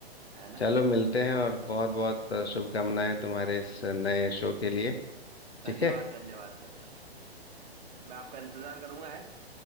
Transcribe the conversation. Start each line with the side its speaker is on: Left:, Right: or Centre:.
Right: है ना
Left: चलो मिलते हैं और बहुत बहुत शुभकामनाएं तुम्हारे इस नए शो के लिए ठीक
Right: धन्यवाद
Left: है
Right: धन्यवाद धन्यवाद मैं आपका इंतजार करूंगा है